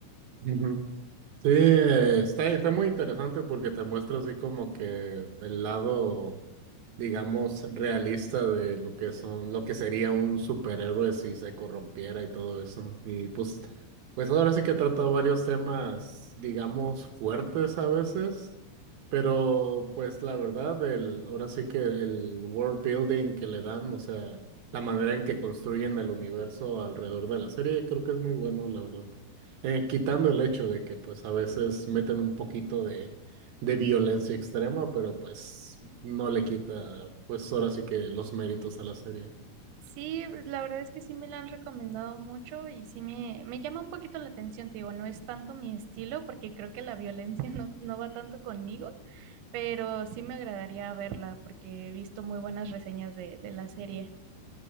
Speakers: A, on the right; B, on the right.
A: Ujú. Sí, eh, está, está muy interesante porque te muestra así como que el lado. digamos, realista de lo que son, lo que sería un superhéroe si se corrompiera y todo eso. Y pues, pues ahora sí que he tratado varios temas, digamos, fuertes a veces, pero pues la verdad, el, ahora sí que el world building que le dan, o sea, la manera en que construyen el universo alrededor de la serie, creo que es muy bueno, la verdad. Eh, quitando el hecho de que pues a veces meten un poquito de de violencia extrema, pero pues no le quita, pues ahora sí que los méritos a la serie.
B: Sí, la verdad es que sí me la han recomendado mucho y sí me, me llama un poquito la atención, te digo, no es tanto mi estilo porque creo que la violencia <laughs> no, no va tanto conmigo pero sí me agradaría verla porque he visto muy buenas reseñas de, de la serie.